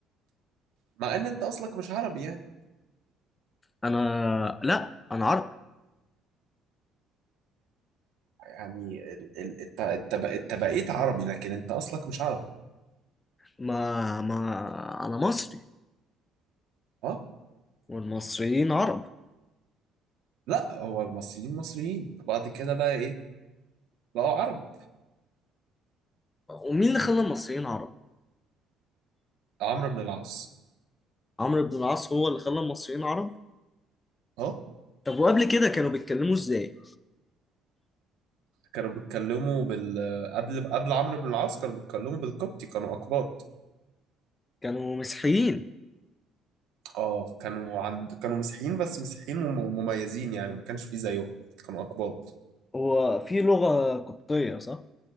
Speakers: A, on the right; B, on the left.
A: مع ان انت اصلك مش عربي يعني
B: انا لا انا عربي
A: يعني ال- ال- انت انت بق- انت بقيت عربي لكن انت اصلك مش عربي
B: ما ما انا مصري
A: اه
B: والمصريين عرب
A: لا هو المصريين مصريين بعد كده بقى ايه بقوا عرب
B: ومين اللي خلى المصريين عرب
A: عمرو بن العاص
B: عمرو بن العاص هو اللي خلى المصريين عرب
A: اه
B: طب وقبل كده كانوا بيتكلموا ازاي
A: كانوا بيتكلموا بال قبل قبل عمرو بن العاص كانوا بيتكلموا بالقبطي كانوا أقباط
B: كانوا مسيحيين
A: اه كانوا عند كانوا مسيحيين بس مسيحيين مم- مميزين يعني ما كانش فيه زيهم كانوا أقباط
B: هو في لغة قبطية صح